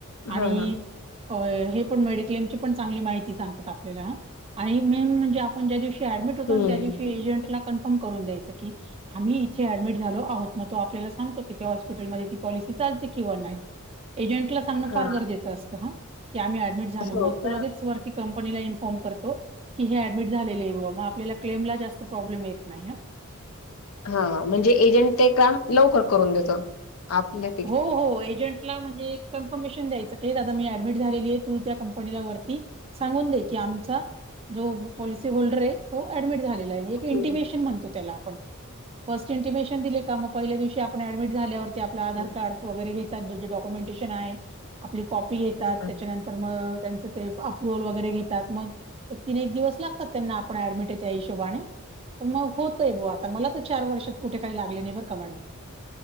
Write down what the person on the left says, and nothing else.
हा हा
हम्म
हा
हो
का
हा म्हणजे एजंट ते काम लवकर करून देतो. आपल्या
हम्म
हम्म.
हा.